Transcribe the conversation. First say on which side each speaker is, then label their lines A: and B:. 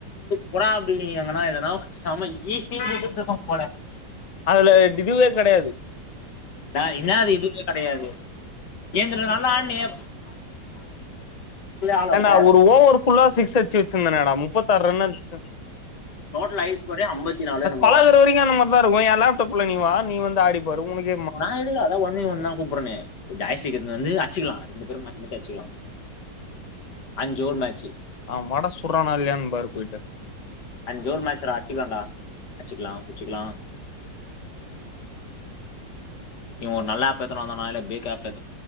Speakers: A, on the left (about 70°); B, on the left (about 45°).
A: புரா புல்டிங் எதனா எதனா செம ஈஸி <unintelligible> போல
B: அதுல இதுவே கெடயாது
A: நா என்னாது இதுமே கெடையாது ஏந்துன நல்லா ஆட்னியே ஆல் அவுட்டு
B: ஏன்டா ஒரு ஓவர் ஃபுல்லா சிக்ஸ் அடுச்சு வச்சுருந்தனேடா முப்பத்தார் ரன் அடுச்சே
A: டோட்டல் ஐஸ் ஒரே ஐம்பத்தி நாலு என்னமோ
B: பழகுற
A: தா
B: வரைக்கு அந்த மார் தா இருக்கு எ லேப்டாப்ல நீ வா நீ வந்து ஆடிப்பாரு ஒனக்கே
A: நா எதுக்குடா அதா ஒன்னே ஒன்தா கூப்பர்ரனே ஜாய்ஸ்டிக்கர்னு வந்து அச்சுக்கலா ரெண்டு பேரு மாத்தி மாத்தி அச்சுக்கலா அஞ்சு ஓவர் மேச்சு
B: அவ வட சுட்றானா இல்லையான்னு பாரு போயிட்டு
A: அஞ்சு ஓவரு மேச்சுடா அச்சுக்கலான்டா அச்சுக்கலா புச்சுக்கலா இவொ நல்லா ஆப்பேத்துனாதா இல்ல பேக் ஆப் ஏ